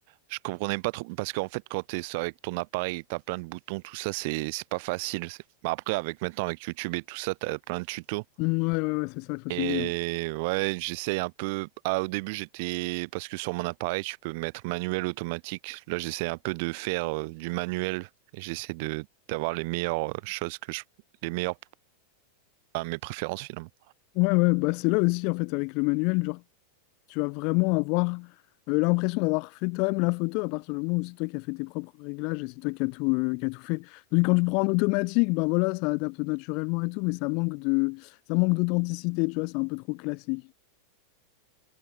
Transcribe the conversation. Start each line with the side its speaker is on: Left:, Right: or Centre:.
Right: Je comprenais pas trop parce qu'en fait quand t'es avec ton appareil, et t'as plein de boutons, tout ça c'est c'est pas facile. c'est- Bah, après avec maintenant avec YouTube et tout ça, t'as plein de tutos.
Left: Mmh, Ouais, ouais, ouais, c'est ça, il faut
Right: Et
Left: s'aider. hein.
Right: ouais, j'essaye un peu. Ah, au début j'étais parce que sur mon appareil tu peux mettre manuel automatique. Là j'essaie un peu de faire euh, du manuel et j'essaie de d'avoir les meilleures euh, choses que je les meilleurs à mes préférences finalement.
Left: <clears throat> Ouais, ouais, bah c'est là aussi en fait avec le manuel, genre Tu vas vraiment avoir euh, l'impression d'avoir fait toi-même la photo à partir du moment où c'est toi qui as fait tes propres réglages et c'est toi qui as tout, euh, qui as tout fait. Tandis que quand tu prends en automatique, ben voilà, ça adapte naturellement et tout, mais ça manque de, ça manque d'authenticité, tu vois, c'est un peu trop classique.